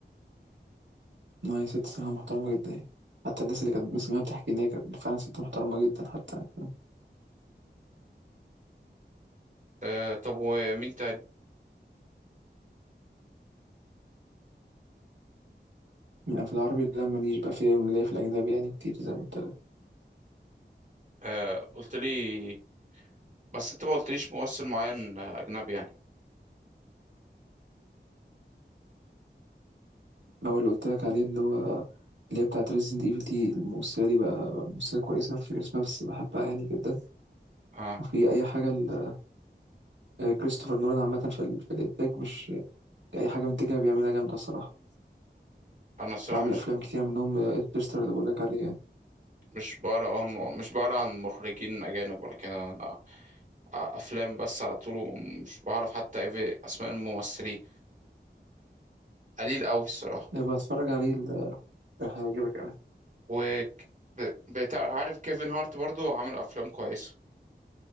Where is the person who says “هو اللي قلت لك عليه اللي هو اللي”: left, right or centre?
Right